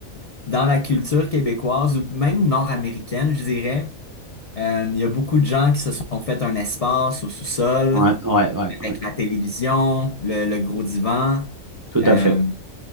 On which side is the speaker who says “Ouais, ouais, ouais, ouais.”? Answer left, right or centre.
Right